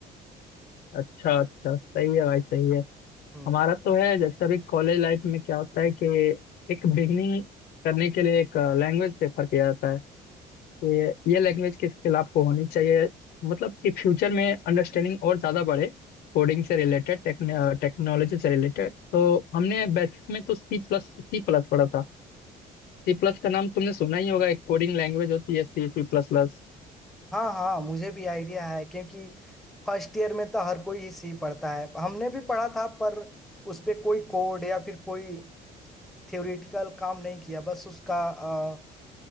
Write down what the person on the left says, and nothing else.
अच्छा अच्छा सही है भाई सही है
हमारा तो है जैसे अभी कॉलेज लाइफ में क्या होता है कि एक बिगनिंग करने के लिए एक लैंग्वेज प्रेफर किया जाता है ये ये लैंग्वेज की स्किल आपको होनी चाहिए मतलब कि फ्यूचर में अंडरस्टैंडिंग और ज़्यादा बढ़े कोडिंग से रिलेटेड टेक्नोलॉजी से रिलेटेड तो हमने बेसिक में तो सी प्लस सी प्लस पढ़ा था सी प्लस का नाम तुमने सुना ही होगा एक कोडिंग लैंग्वेज होती है सी सी प्लस प्लस